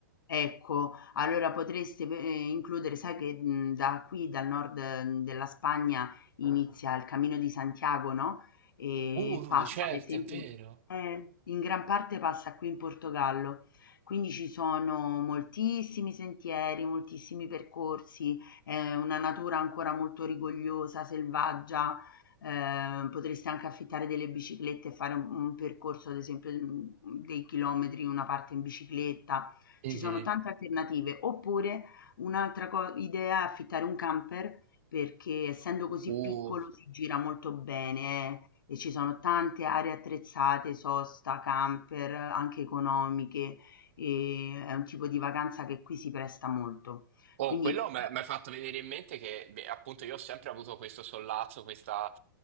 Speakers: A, on the left; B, on the right.
A: Ecco, allora potreste pe ehm, includere sai che, mhmm, da qui dal nord, mhmm, della Spagna inizia il Camino di Santiago, no, e
B: Uh,
A: passa
B: certo,
A: ad esempio
B: è vero.
A: eh, in gran parte passa qui in Portogallo. Quindi ci sono moltissimi sentieri, moltissimi percorsi, è una natura ancora molto rigogliosa, selvaggia, ehm, potreste anche affittare delle biciclette e fare un un percorso ad esempio, mhmm, dei chilometri, una parte in bicicletta.
B: Mhm.
A: Ci sono tante alternative. Oppure un'altra co idea è affittare un camper, perché essendo così
B: Uh.
A: piccolo si gira molto bene eh, e ci sono tante aree attrezzate, sosta, camper, anche economiche, e è un tipo di vacanza che qui si presta molto.
B: Oh,
A: Quindi
B: quello mi ha fatto venire in mente che beh, appunto io ho sempre avuto questo sollazzo, questa